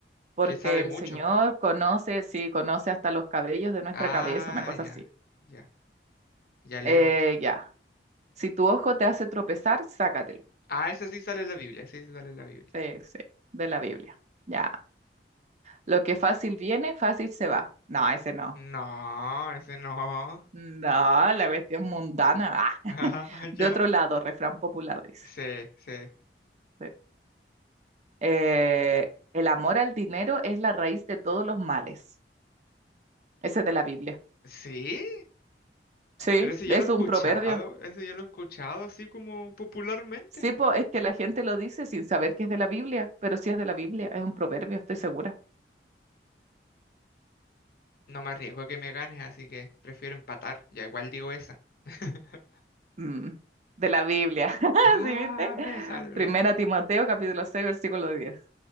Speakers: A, on the right; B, on the left.
A: porque
B: Que sabe
A: el
B: mucho.
A: Señor conoce, sí, conoce hasta los cabellos de nuestra
B: Ah,
A: cabeza, una cosa
B: ya,
A: así.
B: ya. Ya lee
A: Eh,
B: otro.
A: ya. Si tu ojo te hace tropezar, sácatelo.
B: Ah, ese sí sale en la Biblia, ese sí sale en la Biblia.
A: Sí, sí, de la Biblia. Ya. Lo que fácil viene, fácil se va. No, ese no.
B: No, ese no.
A: No, la cuestión mundana. ah. <laughs>
B: <laughs> Ah,
A: De
B: ya.
A: otro lado, refrán popular dice.
B: Sí, sí.
A: Sí. Eh, el amor al dinero es la raíz de todos los males. Ese es de la Biblia.
B: ¿Sí?
A: Sí,
B: Pero ese yo
A: es
B: lo he escuchado,
A: un proverbio.
B: ese yo lo he escuchado así como popularmente.
A: Sí, po, es que la gente lo dice sin saber que es de la Biblia, pero sí es de la Biblia, es un proverbio, estoy segura.
B: No me arriesgo a que me ganes, así que prefiero empatar. Ya igual digo esa. <laughs>
A: Mm, de la Biblia, <laughs>
B: Ah,
A: ¿sí viste?
B: me salvé.
A: Primera Timoteo, capítulo 6 versículo 10.